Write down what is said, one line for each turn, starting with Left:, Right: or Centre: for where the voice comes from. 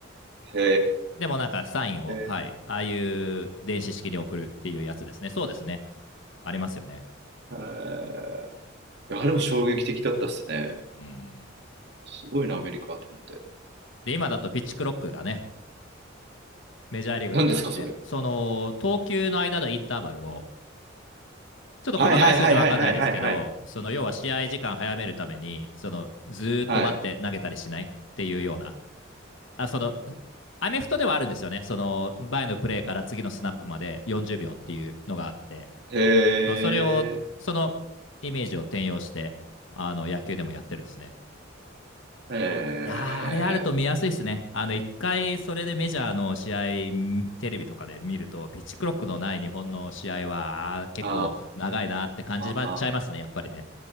Right: へ
Left: でもなんかサインを、はい。
Right: え。
Left: ああいう電子式に送るっていうやつですね。そうですね。ありますよね。
Right: へーいやあれも衝撃的だったっすね。
Left: うん。
Right: すごいな、アメリカと思って。
Left: で、今だとピッチクロックがね、メジャーリーグだとあって、
Right: 何ですか、それ。
Left: その投球の間のインターバルを、ちょっと細かい数字わかんないですけど、
Right: はいはいはいはいはいはいはい。
Left: その要は試合時間早めるために、そのずーっと待って投げたりしないっていうような、
Right: はい。
Left: あ、その、アメフトではあるんですよね。その前のプレーから次のスナップまで40秒っていうのがあって、
Right: へえ
Left: そうそれを、そのイメージを転用して、あの野球でもやってるんですね。
Right: へえ
Left: いやー、あれあると見やすいですね。あの、一回、それでメジャーの試合、んテレビとかで見ると、ピッチクロックのない日本の試合は、あー結構長いなって感じちゃいますね、
Right: あー、あ、
Left: やっぱりね。